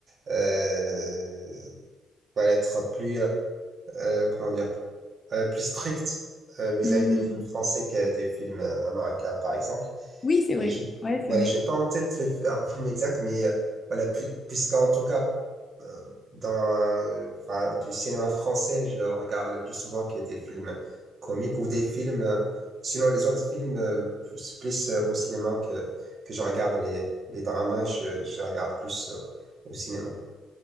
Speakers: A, on the right; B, on the left.
A: euh, voilà, être plus, euh, comment dire, euh, plus strict euh, vis-à-vis
B: Mhm.
A: des films français que des films euh, américains, par exemple.
B: Oui, c'est vrai.
A: Et je,
B: Ouais,
A: ouais,
B: c'est vrai.
A: j'ai pas en tête le f- un film exact, mais euh, voilà, pu- puisqu'en tout cas, euh, dans euh, enfin, du cinéma français, je regarde le plus souvent que des films comiques ou des films, euh, sinon les autres films, euh, plus, plus, euh, au cinéma que, que je regarde les, les dramas, je, je regarde plus euh, au cinéma.